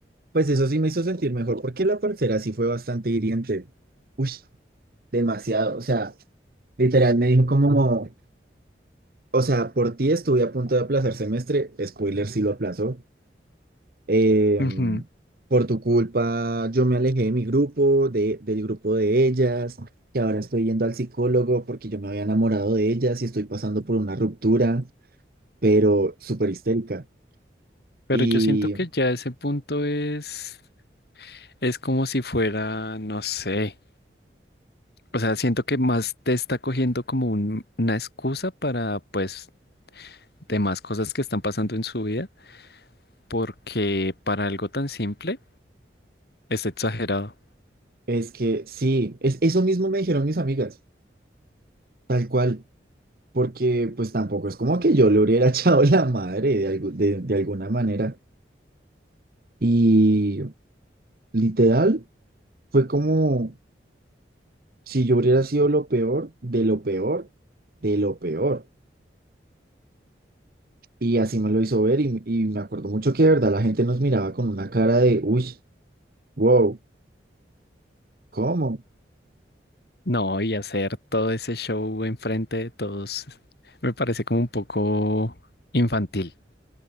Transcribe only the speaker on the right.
pues eso sí me hizo sentir mejor, porque la parcera sí fue bastante hiriente. Uy, demasiado. O sea, literal me dijo como, O sea, por ti estuve a punto de aplazar semestre, spoiler sí lo aplazó. Eh,
por tu culpa yo me alejé de mi grupo, de, del grupo de ellas, que ahora estoy yendo al psicólogo porque yo me había enamorado de ellas y estoy pasando por una ruptura, pero súper histérica.
Y
es que sí, es, eso mismo me dijeron mis amigas, tal cual, porque pues tampoco es como que yo le hubiera <laughs> echado la madre de, algu- de de alguna manera. Y literal fue como... Si yo hubiera sido lo peor, de lo peor, de lo peor. Y así me lo hizo ver y, y me acuerdo mucho que de verdad la gente nos miraba con una cara de, uy, wow, ¿cómo?